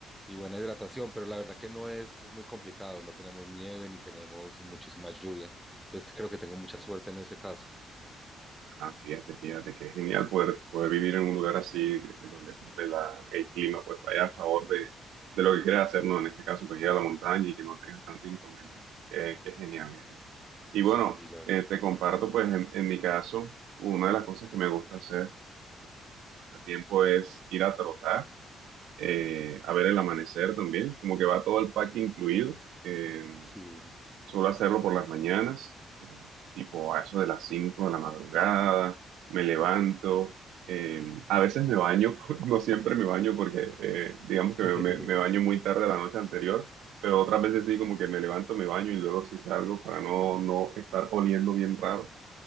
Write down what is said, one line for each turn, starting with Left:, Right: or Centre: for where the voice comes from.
Centre: y buena hidratación, pero la verdad que no es muy complicado, no tenemos nieve ni tenemos muchísima lluvia, entonces creo que tengo mucha suerte en ese caso.
Right: Ah, fíjate, fíjate, que genial poder, poder vivir en un lugar así, donde de la, el clima pues vaya a favor de, de lo que quieras hacer, ¿no? En este caso, pues ir a la montaña y que no tengas tanto inconveniente. Qué, qué genial, genial. Y bueno,
Centre: Sí, la verdad,
Right: eh, te comparto, pues en, en mi caso, una de las cosas que me gusta hacer hace tiempo es ir a trotar, eh, a ver el amanecer también, como que va todo el pack incluido. eh,
Centre: sí.
Right: Suelo hacerlo por las mañanas, eh, tipo a eso de las 5 de la madrugada, me levanto, eh, a veces me baño, <laughs> no siempre me baño porque eh, digamos
Centre: <laughs>
Right: que me, me me baño muy tarde la noche anterior, pero otras veces sí como que me levanto, me baño y luego sí salgo para no, no estar oliendo bien raro.